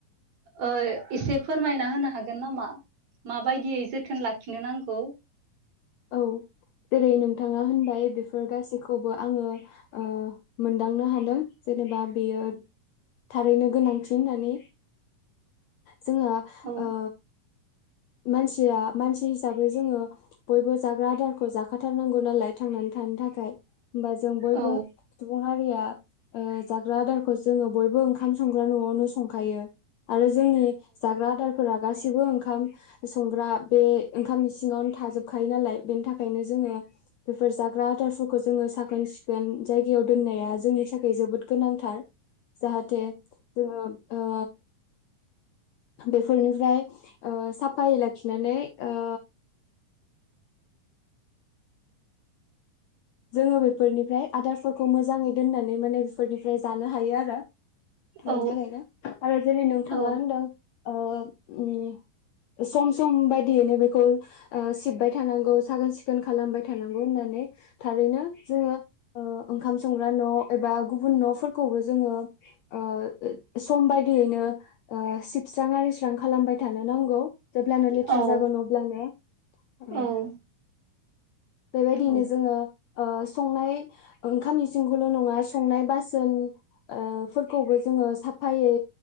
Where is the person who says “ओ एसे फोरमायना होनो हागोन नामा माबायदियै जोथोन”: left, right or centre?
Right